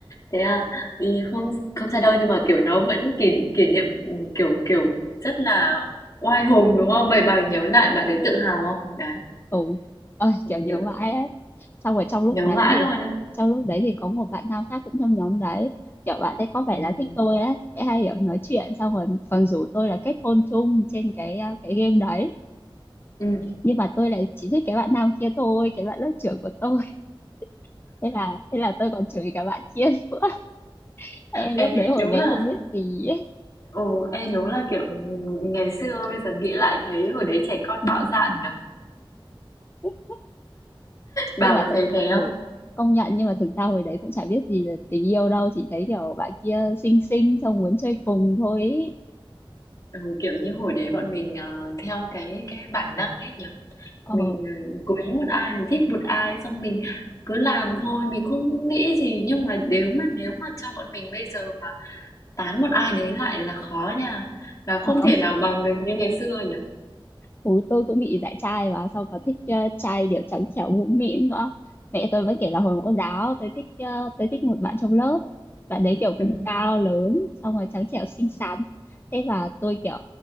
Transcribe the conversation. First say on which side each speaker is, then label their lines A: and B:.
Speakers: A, on the left (about 40°); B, on the left (about 25°).
A: Thế à? Thì không không sao đâu nhưng mà, kiểu, nó vẫn kỷ kỷ niệm, kiểu kiểu, rất là oai hùng, đúng không? Vậy bà nhớ lại bà thấy tự hào không? Đấy,
B: ừ ơi kiểu
A: ví
B: nhớ
A: dụ
B: mãi ấy. xong rồi trong lúc
A: nhớ
B: đấy
A: mãi
B: thì
A: luôn đấy.
B: trong lúc đấy thì có một bạn nam khác cũng trong nhóm đấy kiểu bạn ấy có vẻ
A: Ừm.
B: là thích tôi ấy sẽ hay kiểu nói chuyện xong rồi còn rủ tôi là kết hôn chung trên cái ờ, cái game đấy
A: Ừm.
B: nhưng mà tôi lại chỉ thích cái bạn nam kia thôi cái bạn lớp trưởng của tôi <laughs> thế là thế là tôi còn chửi cả bạn kia nữa <laughs> em
A: Ê,
B: lúc đấy hồi
A: đúng
B: bé
A: là
B: không biết gì ấy.
A: ồ, ê, đúng là, kiểu, ngày xưa bây giờ nghĩ lại thấy hồi đấy trẻ con bạo dạn nhỉ?
B: <laughs>
A: Bà
B: nhưng mà
A: có
B: thật
A: thấy thế
B: ừ
A: không?
B: công nhận nhưng mà thực ra hồi đấy cũng chả biết gì là tình yêu đâu chỉ thấy kiểu bạn kia xinh xinh xong muốn chơi cùng thôi ý.
A: Ừ, kiểu như, hồi đấy bọn mình, ờ, theo cái cái bản năng ấy nhỉ?
B: ờ
A: mình ờ, cố ý một ai mình thích một ai xong mình cứ làm thôi mình không nghĩ gì nhưng mà nếu mà nếu mà cho bọn mình bây giờ mà tán một ai đấy lại là khó nha là không
B: Ờ,
A: thể nào bằng được như ngày xưa nhỉ
B: bố tôi cũng bị dạy trai và sau có thích ờ, trai kiểu trắng trẻo mũm mĩm nữa. Mẹ tôi vẫn kể là hồi mẫu giáo tôi thích ờ, tôi thích một bạn trong lớp. Bạn đấy kiểu cũng
A: ừ.
B: cao lớn, xong rồi trắng trẻo xinh xắn. Thế là tôi kiểu